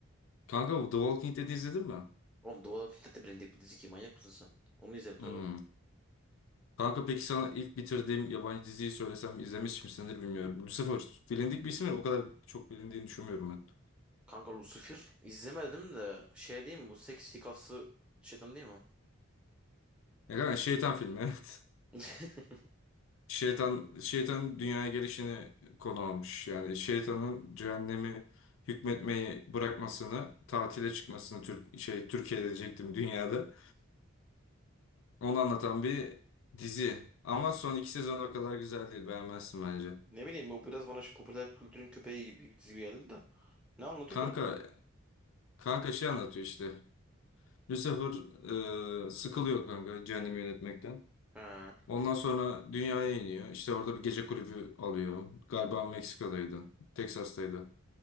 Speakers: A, on the left (about 70°); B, in the centre.
A: Kanka bu The Walking Dead'i izledin mi?
B: Oğlum The Walking Dead de bilindik bir dizi ki manyak mısın sen? Onu izledim
A: Hmm.
B: tabii.
A: Kanka peki sana ilk bitirdiğim yabancı diziyi söylesem izlemiş misindir bilmiyorum. Lucifer bilindik bir isim ya o kadar çok bilindiğini düşünmüyorum ben.
B: Kanka Lucifer izlemedim de şey diyeyim mi, bu seksi kaslı şeytan değil mi?
A: Ya kanka şeytan filmi <laughs> evet.
B: <laughs>
A: Şeytan, şeytan dünyaya gelişini konu almış. Yani şeytanın cehennemi hükmetmeyi bırakmasını, tatile çıkmasını Türk, şey, Türkiye'de diyecektim dünyada. Onu anlatan bir dizi. Ama son iki sezon o kadar güzel değil. Beğenmezsin bence.
B: Ne bileyim bu biraz bana şu popüler kültürün köpeği gibi bir çizgi geldi de. Ne anlatıyor
A: Kanka,
B: ki onda?
A: kanka şey anlatıyor işte. Lucifer e, sıkılıyor kanka cehennemi yönetmekten.
B: Ha
A: Ondan sonra dünyaya iniyor. İşte orada bir gece kulübü alıyor. Galiba Meksika'daydı. Teksas'taydı.